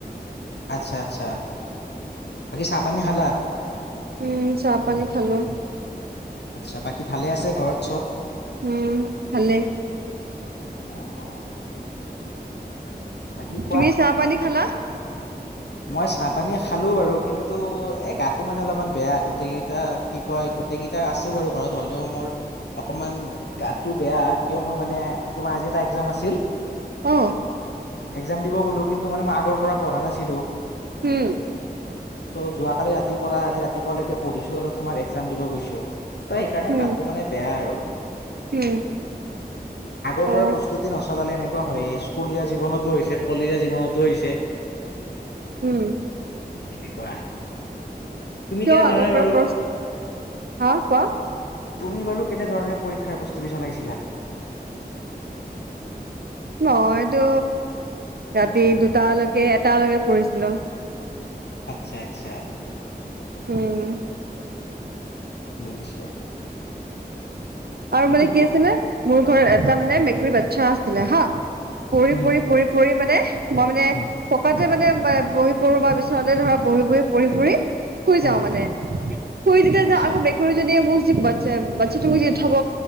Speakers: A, on the left; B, on the right.
A: আটচ্ছা, আটচ্ছা, বাকী চাহ-পানী খালা?
B: উম, চাহ-পানী খালো।
A: আচ্ছা, বাকী ভালে আছে ঘৰত চব?
B: উম, ভালে।
A: অ অ বাকী কোৱা
B: তুমি চাহ-পানী খালা?
A: মই চাহ-পানী খালো বাৰু কিন্তু এ, গাটো মানে অলপমান বেয়া গতে এতা কি কয়, গোটেই কেইটা আছো বাৰু ঘৰত হ'লেও মোৰ। অকণমান গাটো বেয়া কিয়নো মানে তোমাৰ আজি এটা একজাম আছিল।
B: অ,
A: একজাম দিব গ'লোঁ কিন্তু মানে মই আগৰ পৰা পঢ়া নাছিলোঁ।
B: উম,
A: ত' যোৱা কালি ৰাতিৰ পৰা আজি ৰাতিপুৱালৈকে পঢ়িছো আৰু তোমাৰ একজাম দিব গৈছো। তই সেইকাৰণে
B: উম
A: গাটো মানে বেয়া আৰু।
B: উম
A: আগৰ
B: অ
A: পৰা প্ৰস্তুতি নচলালে এনেকুৱা হয়ে স্কুলীয়া জীৱনতো হৈছে কলেজীয়া জীৱনতো হৈছে।
B: উম,
A: তেনেকুৱা, তুমি
B: কিয়
A: কেনেধৰণে
B: আগৰ পৰা
A: বাৰু
B: প্ৰ হা কোৱা
A: তুমি বাৰু কেনেধৰণে পৰীক্ষাৰ প্ৰস্তুতি চলাইছিলা?
B: মইতো ৰাতি দুটালৈকে এটালৈকে পঢ়িছিলো।
A: আটচ্ছা, আটচ্ছা।
B: উম,
A: বুজিছো।
B: আৰু
A: বাকী
B: মানে কি
A: ব-
B: আছিলে মোৰ ঘৰত এটা মানে মেকুৰী বাটচ্ছা আছিলে হা পৰি-পৰি-পৰি
A: উম
B: পৰি মানে মই মানে
A: উম
B: পকাতে মানে বহি পৰো বা বিচনাতে ধৰা বহি বহি পৰি পৰি শুই
A: উম
B: যাওঁ মানে, শুই যেতিয়া
A: আচ্ছা
B: যাও আকৌ বেক যদি এবো যি বাচ্চাটো হ'ব,